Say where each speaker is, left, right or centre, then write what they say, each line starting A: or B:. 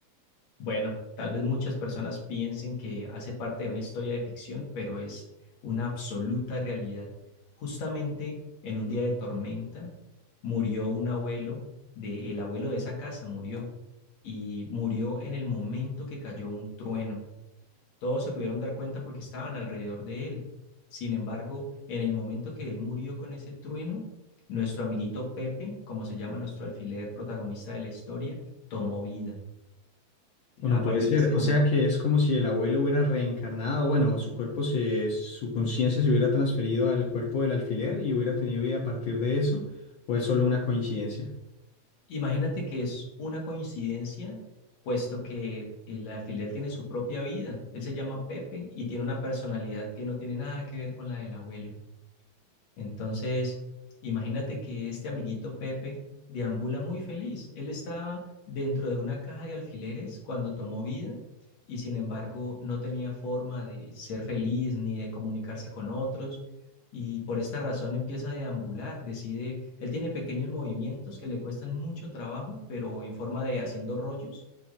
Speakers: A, on the left (about 65°); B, on the left (about 80°).
A: Bueno, tal vez muchas personas piensen que hace parte de una historia de ficción, pero es una absoluta realidad. Justamente en un día de tormenta murió un abuelo de, el abuelo de esa casa murió y murió en el momento que cayó un trueno. Todos se pudieron dar cuenta porque estaban alrededor de él. Sin embargo, en el momento que él murió con ese trueno, nuestro amiguito Pepe, como se llama nuestro alfiler protagonista de la historia, tomó vida.
B: Bueno,
A: A
B: puede
A: partir
B: ser.
A: de ese
B: O
A: momento,
B: sea que es como si el abuelo hubiera reencarnado, bueno, su cuerpo se, su conciencia se hubiera transferido al cuerpo del alfiler y hubiera tenido vida a partir de eso, o es solo una coincidencia.
A: Imagínate que es una coincidencia, puesto que el alfiler tiene su propia vida. Él se llama Pepe y tiene una personalidad que no tiene nada que ver con la del abuelo. Entonces, imagínate que este amiguito Pepe deambula muy feliz. Él estaba dentro de una caja de alfileres cuando tomó vida y sin embargo no tenía forma de ser feliz ni de comunicarse con otros y por esta razón empieza a deambular, decide, él tiene pequeños movimientos que le cuestan mucho trabajo, pero en forma de haciendo rollos